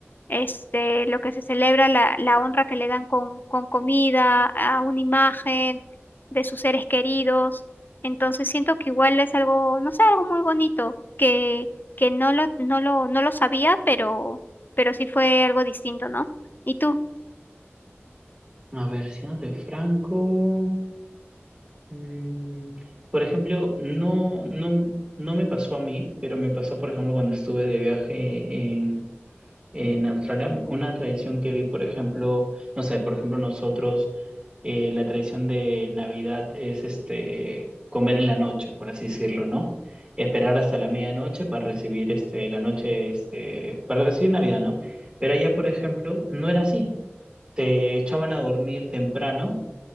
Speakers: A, on the left (about 45°); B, on the right (about 25°).
A: este, lo que se celebra, la, la honra que le dan con, con comida, a una imagen de sus seres queridos. Entonces siento que igual es algo, no sé, algo muy bonito, que, que no lo, no lo, no lo sabía, pero, pero sí fue algo distinto, ¿no? ¿Y tú?
B: A ver, siendo de Franco. Mm, por ejemplo, no, no, no me pasó a mí, pero me pasó, por ejemplo, cuando estuve de viaje en, en Australia, una tradición que vi, por ejemplo, no sé, por ejemplo, nosotros, eh, la tradición de Navidad es este comer en la noche, por así decirlo, ¿no? Esperar hasta la medianoche para recibir este, la noche, este, para recibir Navidad, ¿no? Pero allá, por ejemplo, no era así. Se echaban a dormir temprano